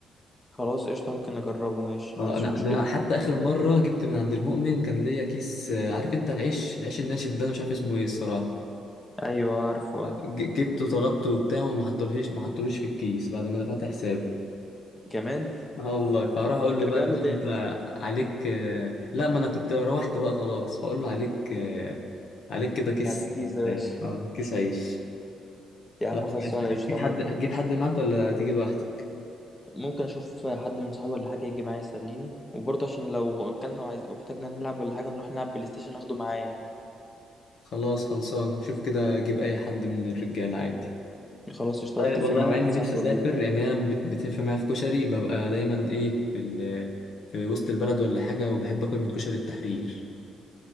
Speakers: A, on the left; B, on the left.
A: خلاص قشطه ممكن نجربه ماشي
B: اه
A: ما عنديش
B: انا
A: مشكله
B: ده أنا حتى اخر مره جبت من عند المؤمن كان ليا كيس آه، عارف انت العيش العيش الناشف ده انا مش عارف اسمه ايه الصراحه
A: ايوه عارفه آه.
B: ج- جبته طلبته وبتاع وما حطولهيش ما حطوليش في الكيس بعد ما دفعت حسابه
A: كمان
B: اه والله فهروح اقول
A: كنت
B: له
A: ارجع
B: بقى يا
A: له
B: باشا
A: تاني
B: انت
A: يا اسطى
B: عليك آه، لا ما انا كنت روحت بقى خلاص فاقول له عليك آه، عليك كده كيس
A: عليك
B: بتاع.
A: كيس يا باشا
B: اه كيس عيش
A: <laughs> يا عم
B: خلاص
A: خلصانه
B: ماشي. هتجيب
A: قشطه
B: حد
A: ممكن
B: هتجيب حد معاك ولا تيجي لوحدك
A: ممكن اشوف حد من صحابي ولا حاجه يجي معايا يسليني وبرضه عشان لو اكلنا وعايز واحتاجنا نلعب ولا حاجه نروح نلعب بلاي ستيشن اخده معايا يعني
B: خلاص خلصانه شوف كده اجيب اي حد من الرجاله عادي
A: خلاص قشطه
B: والله
A: اتفق
B: والله
A: مع
B: مع
A: واحد
B: اني
A: صاحبي
B: نفسي اسافر
A: واجيبه
B: يعني انا لما بت- بتفق معايا في كشري ببقى دايما ايه في ال... في وسط البلد ولا حاجه وبحب اكل من كشري التحرير